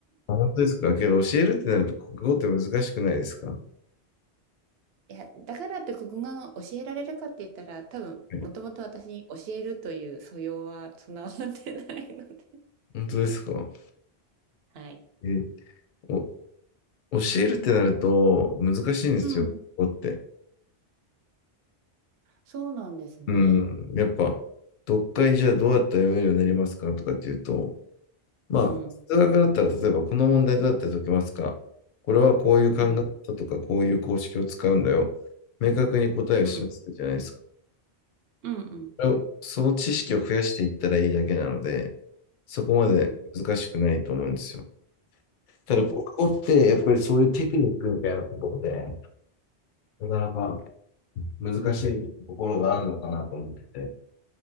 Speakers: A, on the left (about 60°); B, on the right (about 70°).
A: あ本当ですかけど、教えるってなると、国語って難しくないですかは
B: いや、だからって国語が教えられるかって言ったら、多分、
A: い
B: もともと私に教えるという素養は備わってないので。
A: 本当ですか
B: はい。
A: え、お、教えるってなると、難しいんですよ、
B: うん。
A: 国語って。
B: そうなんですね。
A: うん、やっぱ、読解じゃあどうやったら読めるようになりますかとかっていうと、まあ、
B: うん。
A: 数学だったら、例えば、この問題どうやって解けますかこれはこういう考え方とか、
B: うん。
A: こういう公式を使うんだよ。明確に答えを示すじゃないですか。
B: うん、うん、うん、
A: それをその知識を増やしていったらいいだけなので、そこまで難しくないと思うんですよ。
B: うん、
A: ただ、
B: うん。
A: 国語ってやっぱりそういうテクニックみたいなところで、なかなか難しいところがあるのかなと思ってて、